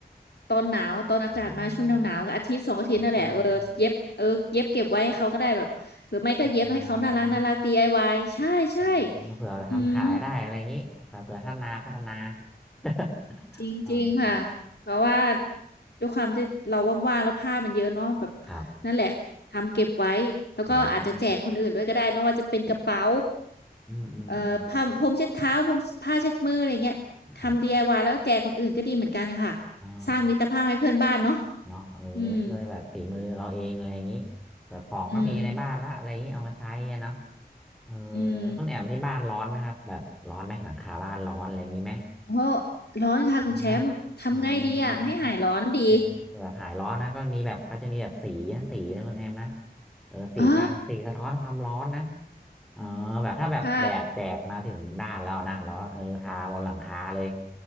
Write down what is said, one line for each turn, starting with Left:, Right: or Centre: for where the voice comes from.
Left: ตอนหนาว ตอนอากาศมาช่วงหนาวหนาวอาทิตย์สองอาทิตย์นั่นแหละเออเย็บเออเย็บเก็บไว้ให้เขาก็ได้แบบหรือไม่ก็เย็บให้เขาน่ารักน่ารัก
Centre: อ๋อเออเอืแนวอะไรเงี้ย
Left: DIY ใช่ใช่
Centre: เออเผื่อทำขายได้อะไรอย่างนี้เผื่อพัฒนาพัฒนา
Left: อืม
Centre: <laughs>
Left: จริงๆค่ะเพราะว่า
Centre: เออ
Left: ด้วยความที่เราว่างๆแล้วผ้ามันเยอะเนาะแบบ
Centre: ครับ
Left: นั่นแหละทำเก็บไว้แล้วก็อาจจะแจกคนอื่นด้วยก็ได้ไม่ว่าจะเป็นกระเป๋า
Centre: อืมอืมอืมอืม
Left: เอ่อผ้าพรมเช็ดเท้าพรมผ้าเช็ดมืออะไรเงี้ยทำดีไอว
Centre: ครับ
Left: i y แล้วแจกคนอื่นก็ดีเหมือนกันค่ะ
Centre: อ๋อ
Left: สร้างมิตรภาพให้เพื่อนบ้านเนาะ
Centre: เนาะเออด้วยแบบฝีมือเราเองอะไรอย่างนี้
Left: อืม
Centre: แบบของก็มีในบ้านละอะไรอย่างนี้เอามาใช้อะเนาะ
Left: อืมอืม
Centre: เออ
Left: อืม
Centre: แล้วคุณแอมที่บ้านร้อนไหมครับแบบร้อนไหมหลังคาบ้านร้อนอะไรอย่างนี้ไหม
Left: โอ้ร้อนค่ะคุณแชมป์ทำไงดีอ่ะให้หายร้อนดี
Centre: ร้อนนะเออทำเออแบบหายร้อนนะก็มีแบบเขาจะมีแบบสีนะสีนะคุณแอมนะเออสีกันสีสะท้อนความร้อนนะ
Left: อ่า
Centre: อ๋อแบบถ้าแบบแดดแดดมาถึงด้านเรานะแล้วเออทาบนหลังคาเลย
Left: ค้า